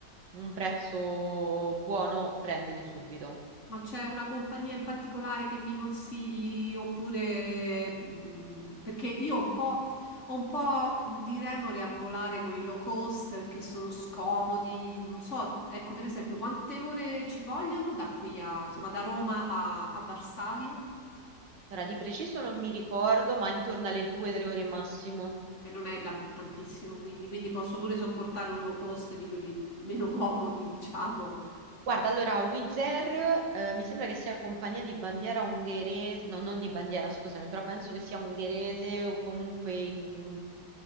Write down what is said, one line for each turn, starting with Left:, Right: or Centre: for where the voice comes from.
Right: un prezzo buono, prendili subito.
Left: ma c'è una compagnia in particolare che mi consigli oppure mh, perché io ho un po', ho un po' mh, di remore a volare con i low cost perché sono scomodi, non so, ecco per esempio quante ore ci vogliono da qui a, insomma, da Roma a, a Varsavia,
Right: Ora, di preciso non mi ricordo, ma intorno alle 2-3 ore massimo.
Left: che non è la- tantissimo quindi, quindi posso pure sopportare un low cost di quelli meno comodi, diciamo.
Right: Guarda, allora, Wizz Air, eh, mi sembra che sia compagnia di bandiera ungherese, no, non di bandiera, scusami, però penso che sia ungherese o comunque in-